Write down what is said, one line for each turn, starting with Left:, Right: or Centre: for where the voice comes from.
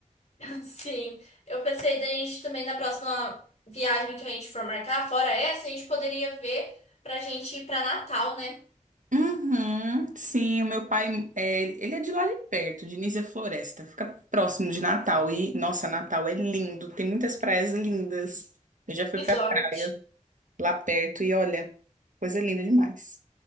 Left: <laughs> Sim, eu pensei da gente também na próxima viagem que a gente for marcar, fora essa, a gente poderia ver pra gente ir pra Natal, né?
Right: Uhum, sim, o meu pai, é, ele é de lá de perto, de Nísia Floresta, fica próximo de Natal. E, nossa, Natal é lindo, tem muitas praias lindas. Eu já fui
Left: Resort.
Right: pra praia lá perto e olha, coisa linda demais.